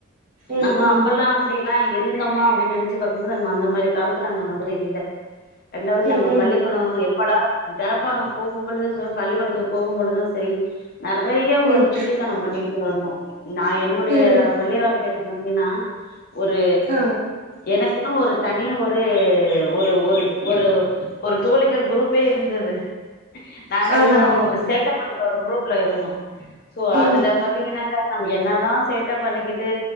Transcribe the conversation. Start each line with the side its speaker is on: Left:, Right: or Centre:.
Right: ம்
Left: நம்ம
Right: ம்
Left: அப்பெல்லா அப்டில்லா இருந்தமா அப்டின் நெனைச்சு பாக்கும்போது நம்ம அந்த மாரி காலத்துல அந்த மாதிரி இல்ல ரண்டாவுது
Right: ம்
Left: நம்ம
Right: ம்
Left: பள்ளிகூட எப் படா தெறப்பாங்க போகும் பொழுது ச பள்ளிக்கூடத்துக்கு போகும் பொழுது சரி நெறைய
Right: ம்
Left: ஒரு சுட்டித்தன பண்ணிக்கிட்டு இருந்தோ நா என்னுடைய
Right: ம்
Left: பள்ளி வாழ்க்கைய திங்கனா ஒரு
Right: ஆ
Left: எனக்குனு ஒரு தனிய ஒரு ஒரு ஒரு ஒரு ஒரு தோழிகள் குரூப் பேய் இருந்தது நாங்கல்லா
Right: ஆமா ஆமா
Left: ஒரு
Right: ஆமா
Left: சேட்ட பண்ற ஒரு குரூப் குரூப் ல இருந்தோ சோ
Right: ம்
Left: அதுல பாத்தீங்கன்னாக்கா நம்ம என்னாதா சேட்ட பண்ணிக்கிட்டு